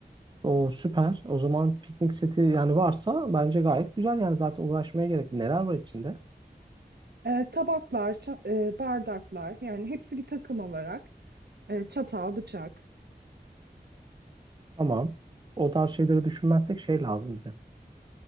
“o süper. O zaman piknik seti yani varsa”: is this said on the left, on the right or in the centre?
Right